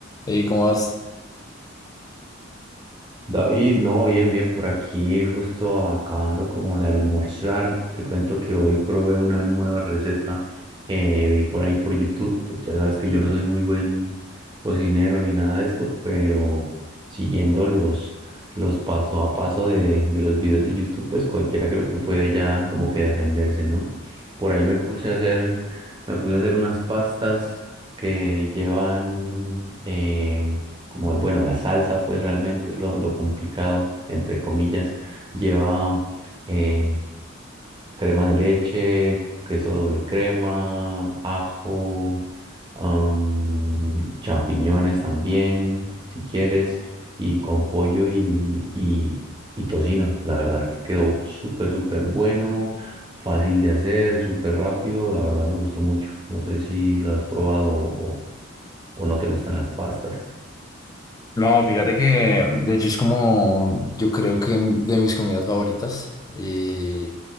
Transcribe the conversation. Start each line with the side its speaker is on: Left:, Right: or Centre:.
Left: ¿Y cómo vas?
Right: David, no, bien, bien, por aquí justo acabando como de almorzar, te cuento que hoy probé una nueva receta que vi por ahí por YouTube, pues ya sabes que yo no soy muy buen cocinero ni nada de esto, pero siguiendo los, los paso a paso de, de los videos de YouTube, pues cualquiera creo que puede ya como que defenderse, ¿no? Por ahí me puse a hacer, me puse a hacer unas pastas que llevan eh, como el, bueno, la salsa, pues realmente es lo, lo complicado, entre comillas. Lleva eh, crema de leche, queso doble crema, ajo, am, champiñones también, si quieres, y con pollo y, y, y tocino. La verdad es que quedó súper, súper bueno, fácil de hacer, súper rápido. La verdad me gustó mucho. No sé si lo has probado o o no te gustan las pastas.
Left: No, fíjate que de hecho es como yo creo que de mis comidas favoritas y